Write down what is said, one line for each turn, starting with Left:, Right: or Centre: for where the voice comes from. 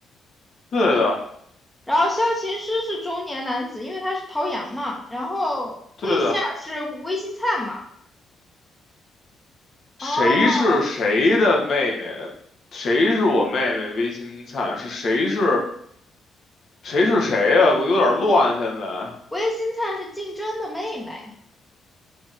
Left: 对的，
Centre: 然后萧琴师是中年男子，因为他是陶阳嘛。然后魏仙儿是魏新灿嘛。
Left: 对的，谁是谁的妹妹？
Centre: 哦，
Left: 谁是我妹妹？微星灿是谁是谁是谁呀、我有点乱，现在。
Centre: 魏新灿是竞争的妹妹，